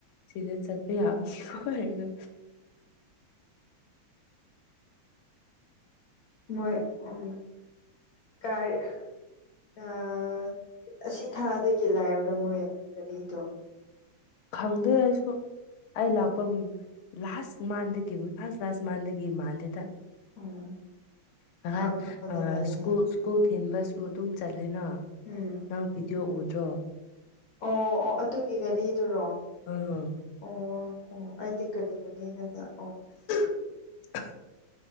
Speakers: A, on the left; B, on the left.
A: ꯁꯤꯗ ꯆꯠ ꯗꯤ ꯌꯥꯝ ꯁꯤꯈꯣ ꯍꯩꯅꯣ
B: ꯃꯣꯏ ꯎꯝ ꯀꯥꯏ ꯌꯥꯝ ꯑꯁꯤ ꯊꯥꯗꯒꯤ ꯂꯥꯏꯕꯔꯥ ꯃꯣꯏ ꯒꯥꯔꯤꯗꯣ
A: ꯈꯪꯗꯦ ꯑꯩꯁꯨ ꯑꯩ ꯂꯥꯛꯄ ꯂꯥꯁ ꯃꯥꯟꯗꯒꯤ ꯂꯥꯁ ꯂꯥꯁ ꯃꯥꯟꯗꯒꯤ ꯃꯥꯜꯂꯤꯗ
B: ꯎꯝ
A: ꯅꯍꯥꯟ
B: ꯈꯥꯡꯉꯕꯗ
A: ꯑ
B: ꯂꯩꯌꯦ
A: ꯁꯀꯨꯜ
B: ꯍꯥꯏꯅ
A: ꯁꯀꯨꯜ ꯊꯤꯟꯕꯁꯨ ꯑꯗꯨꯝ ꯆꯠ ꯂꯤꯅꯥ
B: ꯎꯝ
A: ꯅꯪ ꯚꯤꯗꯤꯌꯣ ꯎꯗ꯭ꯔꯣ
B: ꯑꯣ ꯑꯣ ꯑꯗꯨꯒꯤ ꯒꯥꯔꯤꯗꯨꯔꯣ
A: ꯑꯥ
B: ꯑꯣ ꯑꯣ ꯑꯩꯗꯤ ꯀꯔꯤ ꯀꯔꯤꯅꯗ ꯑꯣ
A: ꯑꯍ